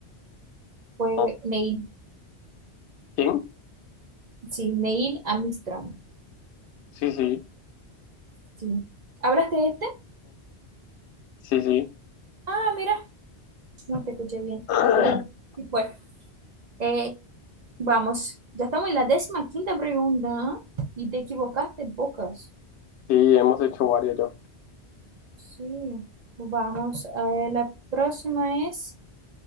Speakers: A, on the right; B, on the left.
A: fue
B: ¿no?
A: Neil.
B: ¿Quién?
A: Sí, Neil Armstrong.
B: Sí, sí,
A: Sí. ¿Hablaste de este?
B: sí, sí.
A: Ah, mira, no te escuché bien,
B: <clears throat>
A: pero sí fue. Eh, vamos, ya estamos en la décima quinta pregunta ¿eh? y te equivocaste pocas.
B: Sí, hemos hecho varias ya.
A: Sí, vamos, eh, la próxima es,